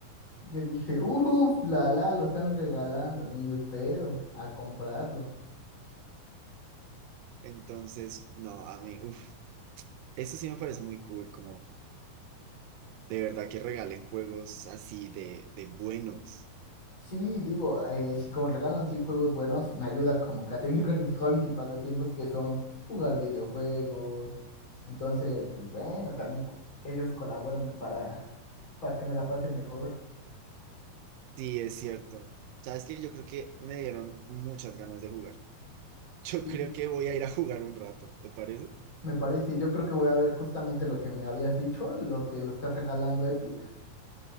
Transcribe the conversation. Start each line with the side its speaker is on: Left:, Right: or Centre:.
Left: Yo dije, uff, la la, lo están regalando, ni pedo, a comprarlo.
Right: Entonces, no, a mí, uff, eso sí me parece muy cool, como de verdad que regalen juegos así de, de buenos.
Left: Sí, digo, eh, si como regalan sí juegos buenos, me ayuda como que a seguir con mis <laughs> hobbies y pasatiempos que son jugar videojuegos. Entonces, pues bueno, también co- ellos colaboran para, para que me la pase mejor.
Right: Sí, es cierto. Sabes que yo creo que me dieron muchas ganas de jugar. <laughs> Yo
Left: Ujú.
Right: creo que voy a ir a jugar un rato, ¿te parece?
Left: Me parece, yo creo que voy a ver justamente lo que me habías dicho, lo que lo está regalando Epic.